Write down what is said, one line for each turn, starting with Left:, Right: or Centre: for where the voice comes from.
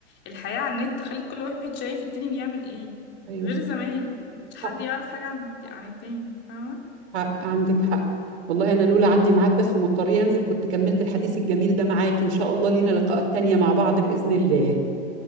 Left: الحياة على النت خلت كل واحد شايف التاني بيعمل ايه
Right: ايوه
Left: غير
Right: صح
Left: زمان مش حد
Right: صح
Left: يعرف حاجة عن الت- عن التاني فاهمة
Right: حق عندك حق والله انا لولا عندي ميعاد بس ومضطريه انزل كنت كملت الحديث الجميل ده معاك ان شاء الله لينا لقاءات تانية مع بعض باذن الله ان